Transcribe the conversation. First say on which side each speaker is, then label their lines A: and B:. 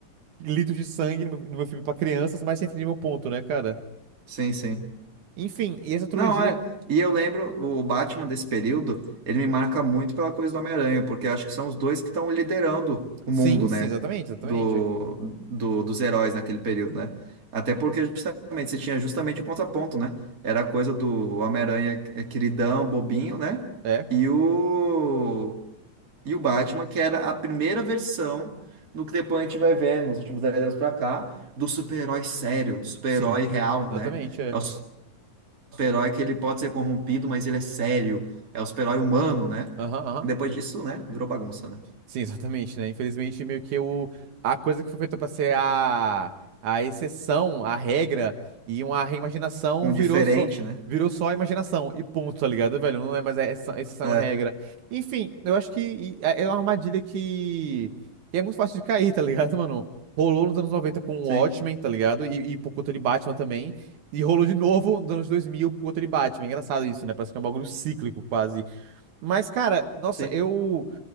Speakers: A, on the right; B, on the right.
A: litros de sangue no meu, no meu filme pra crianças, mas você entende meu ponto, né, cara?
B: Sim, sim.
A: Enfim, e essa trilogia.
B: Não, é. E eu lembro, o Batman desse período, ele me marca muito pela coisa do Homem-Aranha, porque acho que são os dois que estão liderando o
A: Sim,
B: mundo,
A: sim,
B: né?
A: exatamente, exatamente.
B: Do, do- dos heróis naquele período, né? Até porque justamente você tinha justamente o contraponto, né? Era a coisa do Homem-Aranha é, queridão, bobinho, né?
A: É.
B: E o, e o Batman, que era a primeira versão do que depois a gente vai ver nos últimos 10 anos pra cá, do super-herói sério, do super-herói
A: Sim.
B: real,
A: Exatamente,
B: né?
A: é.
B: É o super-herói que ele pode ser corrompido, mas ele é sério. É o super-herói humano, né?
A: Aham, aham.
B: Depois disso, né? Virou bagunça, né?
A: Sim, <laughs> exatamente, né? Infelizmente, meio que o... a coisa que foi feita pra ser a... a exceção, a regra e uma reimaginação
B: Um diferente,
A: virou só...
B: né?
A: virou só a imaginação e ponto, tá ligado, velho? Não é mais a exce- exceção,
B: É,
A: a regra. Enfim, eu acho que é é uma armadilha que... que é muito fácil de cair, tá ligado, <laughs> mano? Rolou nos anos 90 com o
B: sim,
A: Watchmen, tá ligado? E, e por conta de Batman também. E rolou de novo nos anos 2000 por conta de Batman. Engraçado isso, né? Parece que é um bagulho cíclico quase. Mas, cara, nossa,
B: sim,
A: eu.